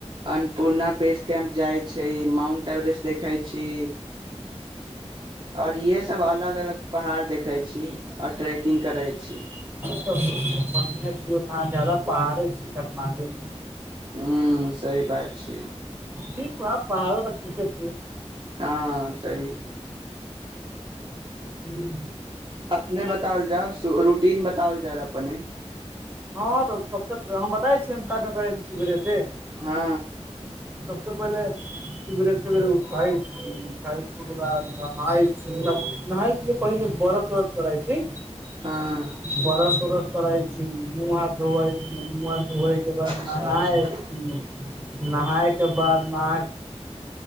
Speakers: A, on the right; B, on the right.
A: अन्नपूर्णा बेस कैम्प जाइ छै, माउंट एवरेस्ट देखै छी। आओर इएहेसभ अलग -अलग पहाड़ देखैत छी, आओर ट्रैेकिंग करैत छी।
B: बनिया छी, जादा पहाड़ छै काठमांडू में।
A: हू सही बात छै।
B: ठीक बा पहाड़ो तऽ ठीके छीयै।
A: हँ सही।
B: हूं।
A: अपने बताओल जाउ, रूटीन बताओल जाउ अपने।
B: हँ तऽ सबसे हम बताइ छी, हम का- का करै छी, कि भेलै हे से।
A: हँ
B: सबसे पहिले। सुबेरे- सुबेरे उठाइ छी, उठाइ छी के बाद नहाई छी नहाइ छी से पहिने बरस- उरस करै छी।
A: हँ
B: ब्रश- उर्स करइ छी, मुंह- हाथ धोअइ छी धोएइ के बाद
A: अच्छा
B: नहाय
A: अच्छा
B: छी, नहाय के बाद न